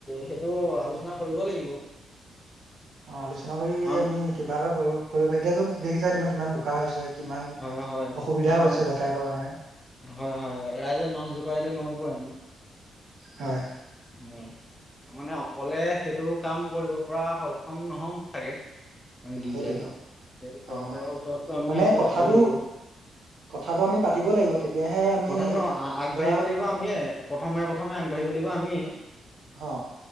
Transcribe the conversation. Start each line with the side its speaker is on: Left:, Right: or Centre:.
Left: সেইটো আলোচনা কৰিব লাগিব।
Right: অ', আলোচনা কৰি
Left: কাৰণ
Right: আমি কিবা এটা কৰিব কৰিব পাৰি এতিয়াটো দেখিছা তোমাৰ কিমান বোকা হৈছে। কিমান
Left: হয় হয়
Right: অসুবিধা
Left: কাৰণ
Right: হৈছে যাতায়তৰ কাৰণে?
Left: হয়, হয় ৰাইজে নাম জোকাৰিলে নৈ বৈ ন'।
Right: হয়।
Left: উম। মানে অকলে সেইটো কাম কৰিব পৰা সক্ষম ন'হম চাগে। আমি দুইটাই,
Right: সেইটোৱেতো
Left: সেটো চৰকাৰৰ
Right: অ
Left: ওচৰতটো আমি
Right: মানে
Left: সেইটো
Right: কথাটো
Left: যাবই লাগিব।
Right: কথাটো আমি পাতিব লাগিব তেতিয়াহে আমি
Left: কথাটো আ-আগবাঢ়িব
Right: ধৰা
Left: লাগিব আমিয়ে। প্ৰথমে প্ৰথমে আগবাঢ়িব লাগিব আমিয়ে।
Right: অ